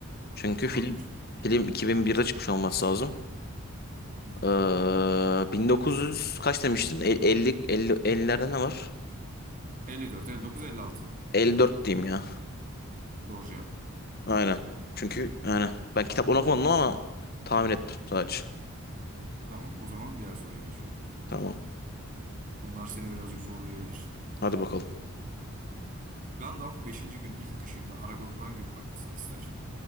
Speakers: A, on the left; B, on the right.
A: Çünkü
B: Olabilir.
A: film film 2001'de çıkmış olması lazım.
B: Hı hı.
A: Ee, 1900 kaç demiştin? E- 50 50 50'lerde ne var?
B: 54, 59, 56.
A: 54 diyeyim ya.
B: Doğru cevap.
A: Aynen. Çünkü yani ben kitaplarını okumadım ama tahmin ettim sadece.
B: Tamam, o zaman diğer soruya geçiyorum.
A: Tamam.
B: Bunlar seni birazcık zorlayabilir.
A: Hadi bakalım.
B: Gandalf beşinci gün ilk kışında Aragorn'un hangi yöne bakmasını ister?